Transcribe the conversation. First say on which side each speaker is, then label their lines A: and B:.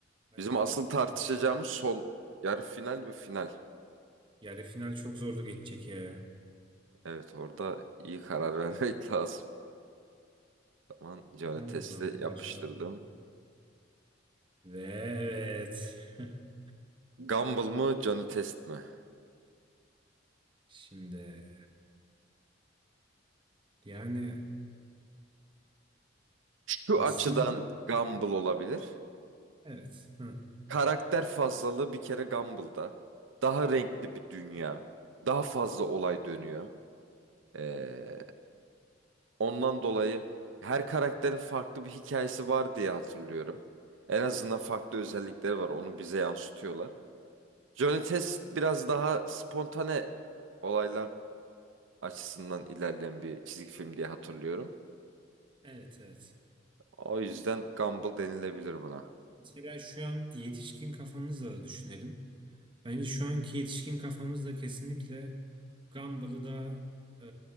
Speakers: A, on the right; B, on the right.
A: Bence
B: Bizim asıl
A: de.
B: tartışacağımız
A: Çok-
B: son yarı final ve final.
A: Yarı final çok zorlu geçecek ya.
B: Evet orada iyi karar <laughs> vermek lazım. Tamam Johnny
A: Tamam
B: Test'i
A: o zaman. bu
B: yapıştırdım.
A: da şey yapmayalım. Ve evet. <laughs>
B: Gumball mı Johnny Test mi?
A: Şimdi yani
B: Şu
A: aslında
B: açıdan Gumball olabilir.
A: evet. Hı.
B: Karakter fazlalığı bir kere Gumball'da. Daha renkli bir dünya. Daha fazla olay dönüyor. Ee, ondan dolayı her karakterin farklı bir hikayesi var diye hatırlıyorum. En azından farklı özellikleri var. Onu bize yansıtıyorlar. Johnny Test biraz daha spontane olaylar açısından ilerleyen bir çizgi film diye hatırlıyorum.
A: Evet evet.
B: O yüzden Gumball denilebilir buna.
A: Mesela şu an yetişkin kafamızla da düşünelim. Bence şu anki yetişkin kafamızla kesinlikle Gumball'ı daha e,